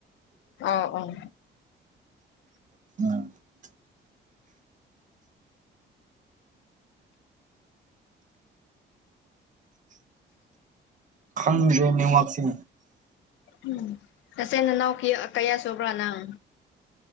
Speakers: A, on the left; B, on the right.
A: ꯑꯥꯎ ꯑꯥꯎ
B: <unintelligible> ꯈꯪꯗ꯭ꯔꯦ ꯅꯦꯋꯥꯛꯁꯦ
A: ꯎꯝ ꯅꯥꯆꯤꯟ ꯅꯥꯅꯥꯎ ꯀ꯭ꯌꯥ ꯀꯌꯥ ꯁꯨꯕ꯭ꯔꯥ ꯅꯪ